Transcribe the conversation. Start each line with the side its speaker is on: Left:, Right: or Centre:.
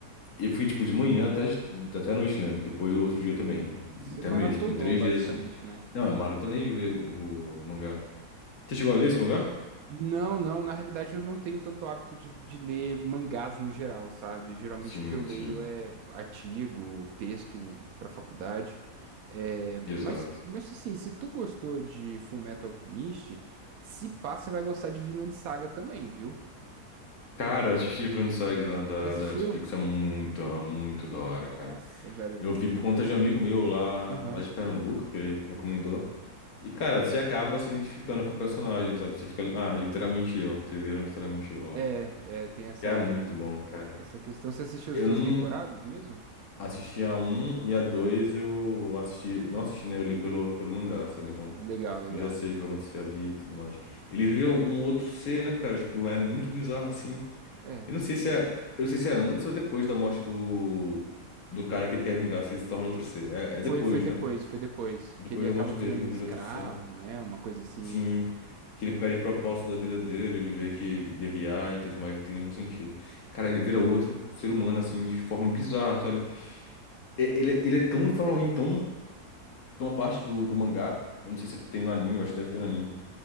Left: e fui, tipo, de manhã até, até a noite lendo, depois o outro dia também,
Right: Você
Left: até
Right: maratonou,
Left: mesmo, tipo, em três
Right: basicamente,
Left: dias, assim.
Right: né?
Left: Não, é maratonei de ler o, o mangá. Você chegou a ler esse mangá?
Right: Não, não, na realidade eu não tenho tanto hábito de, de ler mangás no geral, sabe? Geralmente
Left: Sim,
Right: o que eu leio
Left: sim,
Right: é artigo, texto pra faculdade. É,
Left: exato.
Right: mas, mas assim, se tu gostou de Fullmetal Alchemist, se pá, você vai gostar de Vinland Saga também, viu?
Left: Cara, eu assisti Vinland Saga da, da,
Right: Você assistiu?
Left: da Netflix é muito, é muito da hora,
Right: Nossa,
Left: cara.
Right: velho.
Left: Eu vi por conta de um amigo meu lá,
Right: Aham.
Left: lá de Pernambuco, que ele recomendou. E, cara, você acaba se identificando com o personagem, sabe? Você fica, ah, literalmente eu. Você vira literalmente eu lá.
Right: É, é, tem
Left: Porque
Right: essa,
Left: é muito bom, cara.
Right: essa questão. Você assistiu as
Left: Eu
Right: duas
Left: não
Right: temporadas mesmo?
Left: assisti a um e a dois eu assisti. Não assisti, né? Eu li pelo, pelo mangá, sabe? Então,
Right: Legal, legal.
Left: eu já sei o que vai acontecer ali e tudo mais. Ele vira um outro ser, né, cara? Tipo, é muito bizarro assim.
Right: É.
Left: Eu não sei se é, eu não sei se é antes ou depois da morte do, do cara que ele quer vingar, se ele se torna outro ser. É, é
Right: Foi,
Left: depois,
Right: foi depois,
Left: né?
Right: foi depois.
Left: Depois
Right: Que ele acaba
Left: da morte
Right: virando
Left: dele que
Right: um
Left: vira
Right: escravo,
Left: outro ser.
Right: né? Uma coisa assim.
Left: Sim, que ele perde propósito da vida dele, ele vê que guerrear e tudo mais não tem nenhum sentido. Cara, ele vira outro ser humano, assim, de forma bizarra, sabe? E- Ele, é- ele é tão, de forma alguém tão, tão a parte do, do mangá, eu não sei se tem no anime, eu acho que deve ter no anime,